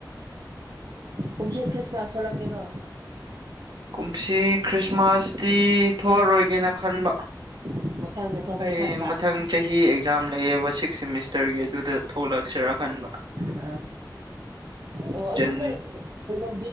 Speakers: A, on the right; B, on the right.
A: ꯀꯨꯝꯁꯤ ꯈ꯭ꯔꯤꯁꯃꯥꯁ ꯊꯣꯛꯂꯛꯀꯦꯔꯣ
B: ꯀꯨꯝꯁꯤ ꯈ꯭ꯔꯤꯁꯃꯥꯁꯇꯤ ꯊꯣꯛꯑꯔꯣꯏꯒꯦꯅ ꯈꯟꯕ
A: <unintelligible>
B: ꯑꯩ
A: ꯈꯟꯕ
B: ꯃꯊꯪ ꯆꯍꯤ ꯑꯦꯛꯖꯥꯝ ꯂꯩꯌꯦꯕ ꯁꯤꯛꯁ ꯁꯦꯃꯤꯁꯇꯔꯒꯤ ꯑꯗꯨꯗ ꯊꯣꯛꯂꯛꯁꯤꯔꯥ ꯈꯟꯕ
A: ꯍ ꯑꯣ ꯑꯗꯨ
B: ꯖꯟ
A: ꯅꯪ ꯀꯩꯅꯣ